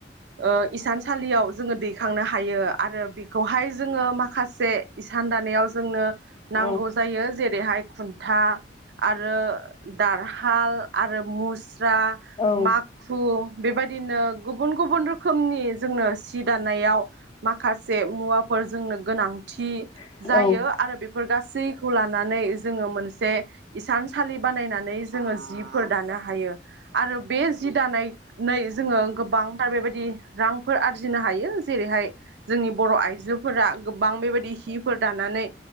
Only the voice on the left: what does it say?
औ
औ
औ-औ-औ-औ-औ-औ-औ-औ-औ